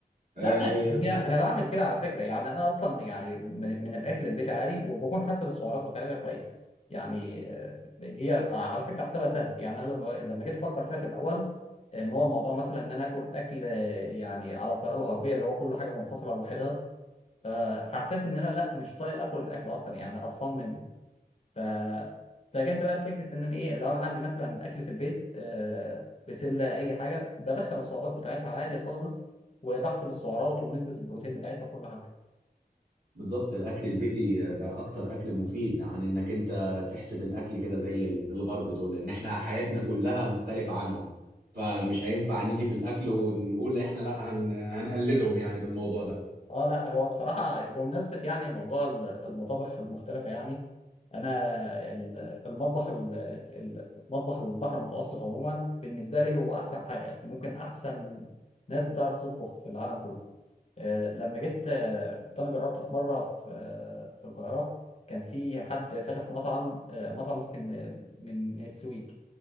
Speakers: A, on the left; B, on the right.
A: لا
B: آه،
A: ما هي
B: فرق
A: انا بعمل كده على فكره يعني انا اصلا يعني من, من الاكل البيت عادي وبكون حاسب السعرات بتاعتها كويس يعني آه، هي على فكره حسابها سهل يعني انا لما لما جيت افكر فيها في الاول ان هو موضوع مثلا ان انا اكل اكل آه، يعني على الطريقه الغربيه اللي هو كل حاجه منفصله لوحدها آه، حسيت ان انا لا مش طايق اكل الاكل اصلا يعني قرفان من فاتجهت بقى لفكره ان انا ايه لو انا عندي مثلا اكل في البيت آه، بسله اي حاجه بدخل السعرات بتاعتها عادي خالص وبحسب السعرات ونسبه البروتين بتاعتها وكل حاجه
B: بالظبط الاكل البيتي ده اكتر اكل مفيد عن انك انت تحسب الاكل كده زي ال- الغرب دول لان احنا حياتنا كلها مختلفة عنهم فمش هينفع نيجي في الاكل ونقول احنا لا هن... هنقلدهم يعني في الموضوع ده
A: اه لا هو بصراحه بمناسبه يعني موضوع ال- المطابخ المختلفه يعني انا ال- المطبخ ال- ال- مطبخ البحر المتوسط عموما بالنسبه لي هو احسن حاجه ممكن احسن ناس بتعرف تطبخ في العالم كله آه، لما جيت آه، كنت انا جربت في مره في آه، في القاهره كان في حد فاتح مطعم آه، مطعم اسكن آه، من من السويد